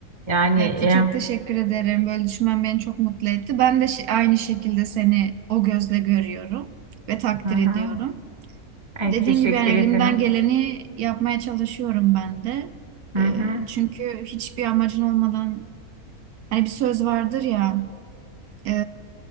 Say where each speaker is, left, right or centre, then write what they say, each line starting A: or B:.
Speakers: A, on the right; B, on the right.
A: Yani
B: Evet,
A: e,
B: çok teşekkür ederim. Böyle düşünmen beni çok mutlu etti. Ben de şi- aynı şekilde seni o gözle görüyorum ve takdir
A: hı hı.
B: ediyorum.
A: Ay,
B: Dediğin
A: teşekkür
B: gibi yani elimden
A: ederim.
B: geleni yapmaya çalışıyorum ben de.
A: Hı
B: E,
A: hı,
B: çünkü hiçbir amacın olmadan hani bir söz vardır ya. e,